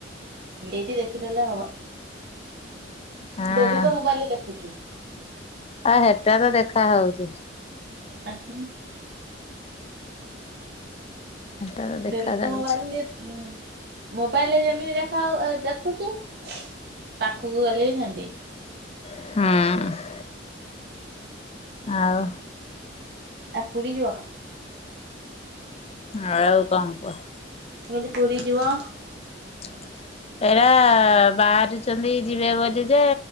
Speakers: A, on the right; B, on the left.
A: ଏଇଠି ଦେଖିଦେଲେ ହବ।
B: ହଁ।
A: ଡ଼େଲି ତ ମୋବାଇଲ ରେ ଦେଖୁଛୁ।
B: ଆ ହେଟା ତ ଦେଖା ହଉଛି।
A: <unintelligible>
B: ହେଟା ତ ଦେଖା
A: ଡେଲି
B: ଯାଉଛି
A: ତ ମୋବାଇଲ ରେ ଉଁ ମୋବାଇଲରେ ଯେମିତି ଦେଖା ଦେଖୁଛୁ ପାଖକୁ ଗଲେ ବି ସେମତି।
B: ହୁଁ। ଆଉ?
A: ଆ ପୁରୀ ଯିବ?
B: ଆଉ କଁ କୁହ?
A: ମୁଁ କହିଲି ପୁରୀ ଯିବ?
B: ହ <inaudible> ହେରା ବାହାରୁଛନ୍ତି ଯିବେ ବୋଲି ଯେ